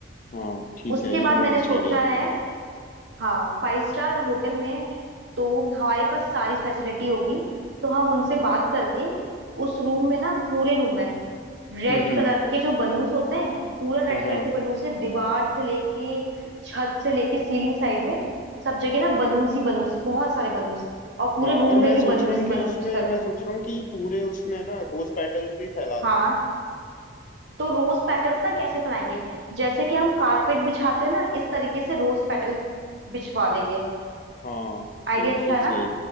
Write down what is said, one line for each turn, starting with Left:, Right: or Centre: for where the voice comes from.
Left: हाँ ठीक
Right: उसके
Left: है ये
Right: बाद
Left: तो
Right: मैंने
Left: बहुत अच्छा
Right: सोचा
Left: आइडिया है
Right: है हाँ फाइव स्टार होटल में तो हमारे पास सारी फैसिलिटी होगी तो हम उनसे बात करके उस रूम में ना पूरे रूम में रेड
Left: हम्म हम्म
Right: कलर के जो बलून्स होते हैं पूरा रेड
Left: हाँ हाँ
Right: कलर के बलून से दीवार से लेके छत से लेके सीलिंग साइड में सब जगह ना बलून्स ही बलून्स बहुत सारे बलून्स और पूरे
Left: हाँ
Right: रूम
Left: और मैं
Right: में भी
Left: सोच
Right: बलून्स
Left: रहा हूँ
Right: ही
Left: कि
Right: बलून्स
Left: उसमें
Right: लगवा
Left: मैं सोच रहा हूँ कि पूरे उसमें ना रोज पेटल्स भी फैला दूँ
Right: हाँ तो रोज पेटल्स ना कैसे फैलाएंगे जैसे कि हम कारपेट बिछाते हैं ना इस तरीके से रोज पेटल बिछवा देंगे
Left: हाँ
Right: आइडिया
Left: बिल्कुल
Right: अच्छा है
Left: सही
Right: ना